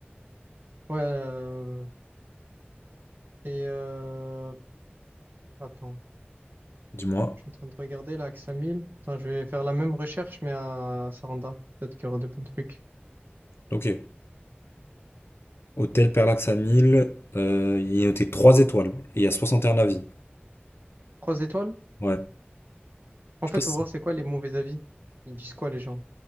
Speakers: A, on the right; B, on the left.
A: Ouais. euh, et euh, attends,
B: Dis-moi.
A: je suis en train de regarder là, Axe Attends, je vais faire la même recherche, mais à Saranda. Peut-être qu'il y aura des bons trucs.
B: Ok. Hôtel Perlax à 1000, euh, il est noté 3 étoiles et il y a 61 avis.
A: Trois étoiles?
B: Ouais.
A: En
B: Je sais
A: fait,
B: pas si
A: faut voir c'est quoi les mauvais avis. Ils disent quoi les gens?